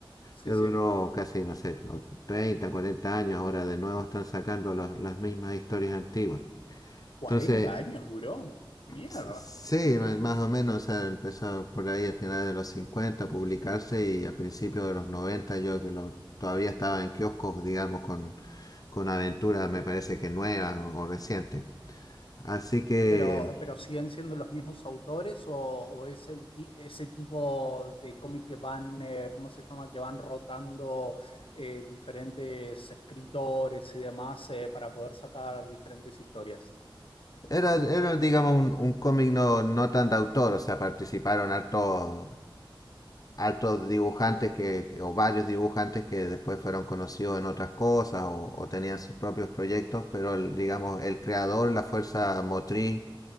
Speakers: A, on the left; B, on the left.
A: Sí,
B: que duró
A: sí.
B: casi, no sé, 30, 40 años. Ahora de nuevo están sacando los, las mismas historias antiguas.
A: cuarenta
B: Entonces
A: años duró. Mierda.
B: Sí, ma- más o menos, o sea, empezó por ahí a finales de los 50 a publicarse y a principios de los 90 yo que lo, todavía estaba en kioscos, digamos, con, con aventuras, me parece que nuevas o, o recientes. Así que
A: Pero, pero siguen siendo los mismos autores o, o es el ti- ese tipo de cómic que van, eh, ¿cómo se llama? Que van rotando eh, diferentes escritores y demás eh, para poder sacar diferentes historias.
B: era, era digamos, un, un cómic no, no tan de autor, o sea, participaron hartos, hartos dibujantes que, que- o varios dibujantes que después fueron conocidos en otras cosas o, o tenían sus propios proyectos, pero el, digamos, el creador, la fuerza motriz